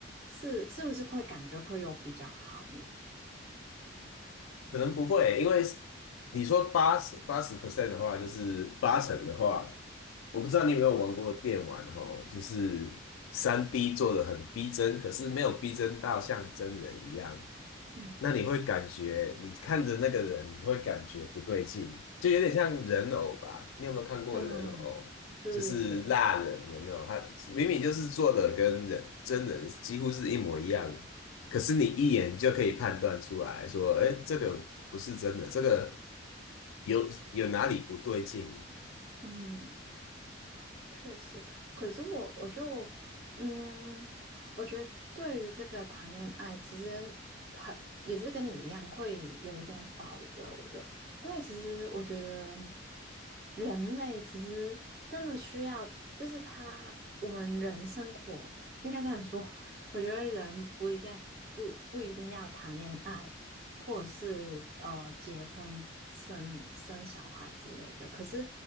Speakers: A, on the right; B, on the left.
A: 是是不是会感觉会有比较好呢？
B: 可能不会，因为你说八十八十 percent 的话，就是八成的话，我不知道你有没有玩过电玩哦，就是三 d 做的很逼真，可是没有逼真到像真人一样。
A: 嗯。
B: 那你会感觉你看着那个人，你会感觉不对劲，就有点像人偶吧？你有没有看过人偶？
A: 嗯，对对对。
B: 就是蜡人有没有？他明明就是做的跟人真人几乎是一模一样的，可是你一眼就可以判断出来说，哎，这个不是真的，这个有有哪里不对劲？
A: 嗯，确实，可是我我就嗯，我觉得对于这个谈恋爱，其实还也是跟你一样，会有一点保留的，因为其实我觉得人类其实真的需要，就是他我们人生活应该这样说，<laughs> 我觉得人不一定不不一定要谈恋爱，或者是呃结婚生生小孩之类的。可是